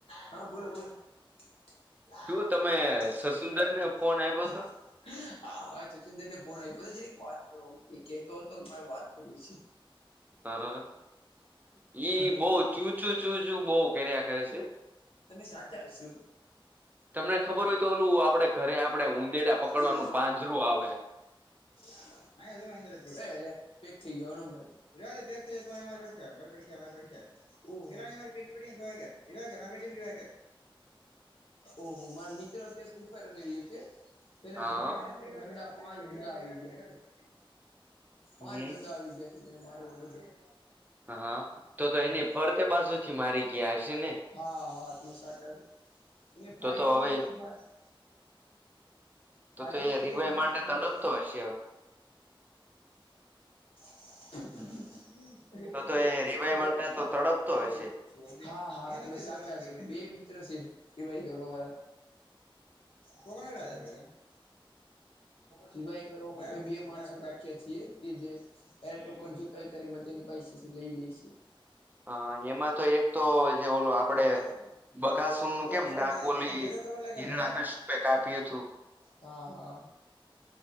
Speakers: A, on the left; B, on the right.
A: હા બોલો બોલો <inaudible>
B: શું તમે
A: <unintelligible>
B: સસુંદર ને ફોન આપ્યો <inaudible>
A: હા હા છછુંદર ને ફોન આપ્યો જરીક વાત કરવા માટે કેતો હતો ક મારે વાત કરવી છે.
B: હા હ ઈ
A: હા
B: બહુ ચૂ ચું ચૂ ચું બહુ કર્યા કરે છે.
A: તમે સાચા શો
B: તમને ખબર હોય તો ઓલું આપણે ઘરે આપડણે ઊંદેડા પકડવાનું
A: એ
B: પાંજરું આવે
A: <unintelligible> હ પેક થઈ ગયો <unintelligible> નબર રહેવા દે પેક થઈ જાય તો તું અહિં મારે પડખે મારે પડખી આયા <unintelligible> લારીટી વિવાર વિવાર માટી ર વિવાકર ઓહો માર મિત્ર <inaudible> ઉમે છે તેને મારવા
B: હા
A: માટે બંદા પાંચ <inaudible> લા આવી ગયા છે પાંચ
B: હમ
A: બંદા આવી ગયા છે તેને મારવા બદલ
B: હા તો તો
A: હમ.
B: એની ફરતે બાજુ થી મારી ગયા હશે ને
A: હા હા તમે સાચા છો એને ફાયરિંગ
B: તો તો હવે
A: એવું ફાસ્ટ ફાયરિંગ
B: તો તો એ
A: એટલું
B: રિવાય
A: ફાસ
B: માટે
A: થયું.
B: તડપતો હશે
A: હ <unintelligible>
B: તો તો એ રિવાય માટે તો તડપતો હશે
A: <inaudible> હા હા તમે સાચા છો બે મિત્ર છે કેવાય ગરોવાર તો કોને કરજ ભ ક <unintelligible> સિવાય કરવા માટે બે માણસો રાખ્યા છીએ કે જે ત્યારે ટોકોન જોતા હોય ત્યારે તેની પૈસે લઈ લઈ છે.
B: હા એમાં તો એક તો જે ઓલો આપડે
A: જ નીકળ્યા
B: બગાસુર
A: હવે
B: નું
A: બધા
B: કેમ
A: ટોકન
B: નાકોલી
A: ગયા ટોકન ભેગા કરવા લાગ્યા
B: હિરણા
A: છે ને
B: કશપે કાપ્યું હતું.
A: હા હા.